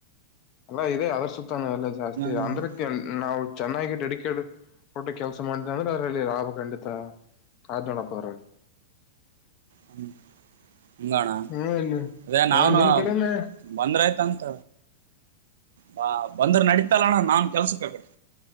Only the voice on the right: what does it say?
ಹ್ಮ್
ಹ್ಮ ಹಂಗೋಣ
ಅದೇ
ನಾವನು
ಬಂದ್ರಾಯ್ತ ಅಂತ ಬಾ ಬಂದ್ರ ನಡೀತಲ್ಲಣ್ಣ ನಾನ್ ಕೆಲ್ಸಕ್ ಆಗಡೆ